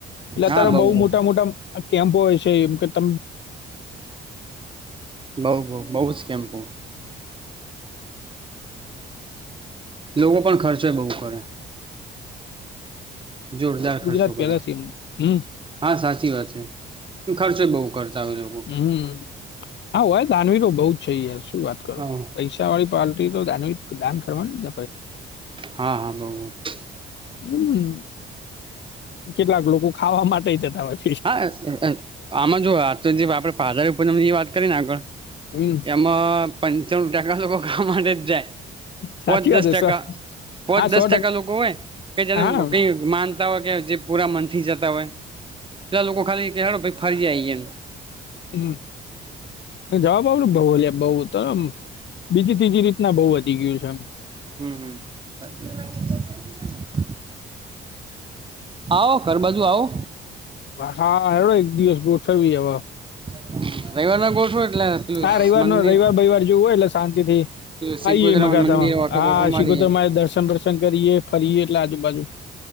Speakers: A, on the left (about 65°); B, on the right (about 25°).
A: એટલે અ
B: હા
A: ત્યારે
B: બઉ
A: બહુ
B: બઉ
A: મોટા મોટા આ કેમ્પો હોય છે એમ કે ત
B: બઉુ બઉુ બહુ જ કૅમ્પો. લોકો પણ ખર્ચો બહુ કરે. જોરદાર
A: ગુજરાત
B: ખર્ચો
A: પહેલા
B: કરે.
A: છે એમ હમ
B: હા સાચી વાત છે, ખર્ચે બહુ ખર્ચા આવે લોકો.
A: હમ હા હોય દાનવીરો બહ જ છે યાર શું વાત કરો
B: હા
A: પૈસા. વાળી પલ્ટી તો દાન કરવારની જ.
B: હા હા બહ બ.
A: હમ, કેટલાક લોકો ખાવા માટે જતા હોય છે.
B: હા આમાં જો આ તો જે આપડે પાદારી પૂનમ ની વાત કરીને આગળ,
A: હમ
B: એમાં પંચાણું ટકા લોકો ક માટે જ જાય.
A: સાચી
B: પોચ દસ
A: વાત છે
B: ટકા
A: સર
B: પોચ
A: હા
B: દસ
A: સો
B: ટકા લોકો હોય, કે જેને
A: હા
B: કઈ માન હોય કે જે પૂરા મન થી જતા હોય, પેલા લોકો ખાલી કેડ ફરી જએમ.
A: હ, જવાબ આવડ બઉલ બઉ તમ બીજી ત્રીજી રી ના બહુ વધી ગયું છે એમ.
B: હમ હમ સાચી વાત. આવો ઘર બાજુ આવો.
A: હા હડો એક દિવસ ગોઠવી હ.
B: <inaudible> ગોઠવો એટલે પેલું
A: હા રવિવાર
B: મંદિર
A: ન રવિવાર બવવાર જોવું હોય એટલે શાંતિ થી.
B: પેલું શીખ
A: આઈ
B: ગુજરાત
A: મકાથમાં
B: મંદિરે ઓટો
A: હા
B: બોટો મારીએ
A: શિગોતર મારે દર્શન દર્શન કરીએ ફરીયે એટલે આજુબાજુ. <inaudible>